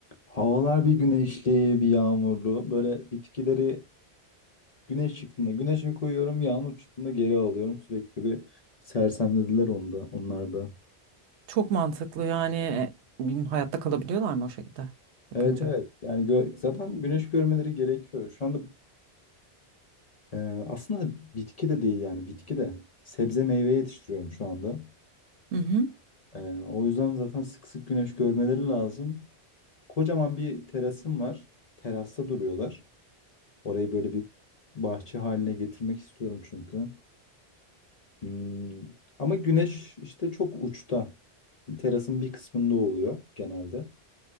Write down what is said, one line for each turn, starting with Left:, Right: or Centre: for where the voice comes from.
Left: Havalar bir güneşli, bir yağmurlu. Böyle bitkileri güneş çıktığında güneşe koyuyorum, yağmur çıktığında geri alıyorum. Sürekli bir sersemlediler onda, onlarda.
Right: Çok mantıklı yani e, bilmiyorum, hayatta kalabiliyorlar mı o şekilde yapınca?
Left: Evet evet. Yani gö- zaten
Right: Hı
Left: güneş görmeleri gerekiyor. Şu anda e, aslında bitki de değil yani bitki de sebze meyve yetiştiriyorum şu anda.
Right: hı. Hı hı.
Left: E, o yüzden zaten sık sık güneş görmeleri lazım. Kocaman bir terasım var. Terasta duruyorlar. Orayı böyle bir bahçe haline getirmek istiyorum çünkü. Hmm, Ama güneş işte çok uçta. Terasın bir kısmında oluyor genelde.